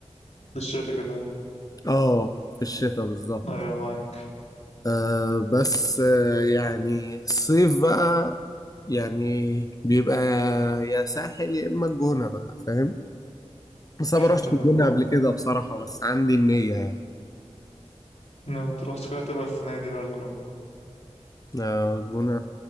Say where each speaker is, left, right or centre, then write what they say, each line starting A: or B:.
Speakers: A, on the left; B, on the left.
A: في الشتا كده يعني
B: اه في الشتاء بالظبط
A: أيوة معاك
B: آه بس آه يعني الصيف بقى يعني بيبقى يا ساحل يا إما الجونة بقى فاهم بس أنا ما روحتش
A: لا حلو
B: الجونة
A: الجونة
B: قبل كده بصراحة بس عندي النية يعني
A: ناوي تروح شكلها تبقى السنة دي بقى الجونة
B: آه الجونة